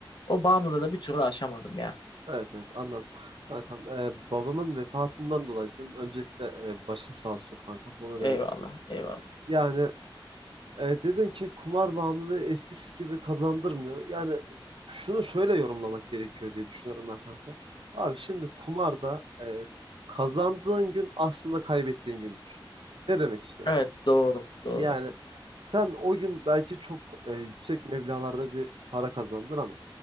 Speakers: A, on the left; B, on the right.
A: O bağımlılığı da bir türlü aşamadım ya.
B: Evet evet anladım. <laughs> Kankam e, babamın vefatından dolayı dedim. Öncelikle e, başın sağ olsun kankam. Bunu
A: Eyvallah,
B: demek istiyorum.
A: eyvallah.
B: Yani e, dedin ki kumar bağımlılığı eskisi gibi kazandırmıyor. Yani şunu şöyle yorumlamak gerekiyor diye düşünüyorum ben kanka. Abi şimdi kumarda e, kazandığın gün aslında kaybettiğin gündür. Ne demek istiyorum?
A: Evet, doğru, doğru.
B: Yani sen o gün belki çok e, yüksek meblağlarda bir para kazandın ama